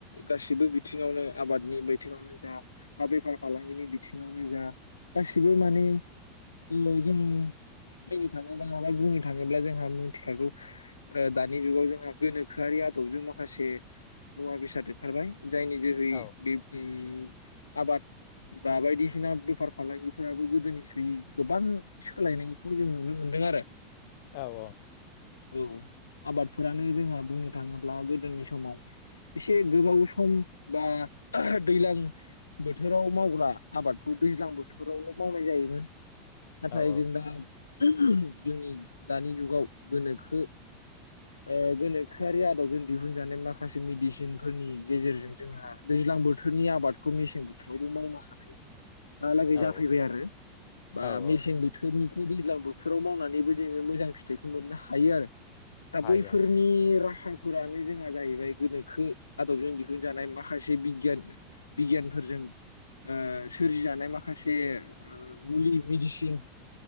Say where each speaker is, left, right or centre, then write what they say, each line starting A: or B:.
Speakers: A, on the left; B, on the left.
A: गासिबो बिथिङावनो आबादनि बिथिङावनो जा बा बेफार फालांगिनि बिथिङावनो जा गासिबो माने ओ जों नायनो थाङोब्ला माबा बुंनो थाङोब्ला जोंहा मिथिखागौ ओ दानि जुगाव जोंहा गोनोखोआरि आदबजों माखासे मुवा बेसाद ओंखारबाय । जायनि जोहै
B: औ
A: बे उम्म आबाद बा बायदिसिना बेफार फालांगिफोराबो गोदोनि सुयै गोबां सोलायनायखौ जों नुनो मोनदों आरो ।
B: औ औ ।
A: औ आबादफोरानो जोंहा बुंनो थाङोब्ला गोदोनि समाव एसे गोबाव सम बा दैलां बोथोराव मावग्रा आबादखौ दैज्लां बोथोरावल' मावनाय जायोमोन। नाथाय
B: औ
A: जों दा जोंनि दानि जुगाव गोनोखो ओ गोनोखोआरि आदबजों दिहुनजानाय माखासे मेडिसिनफोरनि गेजेरजों जोंहा दैज्लां बोथोरनि आबादखौ मेसें बोथोरावबो मावनो हानाय दाहालागै
B: औ
A: जाफैबाय आरो बा
B: औ औ
A: बोथोरनिखौ दैज्लां बोथोराव मावनानैबो जोङो मोजां फिथाइखौ मोननो हायो आरो । दा
B: हायो
A: बैफोरनि
B: हायो
A: राहा फोरानो जोंहा जाहैबाय गोनोखो आदबजों दिहुनजानाय माखासे बिगियान बिगियानफोरजों ओ सोरजि जानाय मा खासे ओ मुलि मिसिन